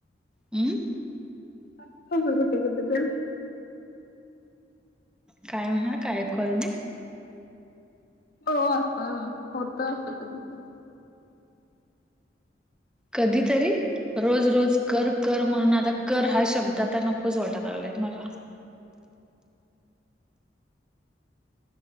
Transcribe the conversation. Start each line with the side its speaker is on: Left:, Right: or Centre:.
Centre: हमं
Left: <unintelligible>
Centre: काय म्हणा काय ऐकू आला नाही.
Left: हो असं होत असं कधी कध
Centre: कधीतरी रोज रोज कर कर म्हणून आता कर हा शब्द आता नकोच वाटायला लागलाय मला.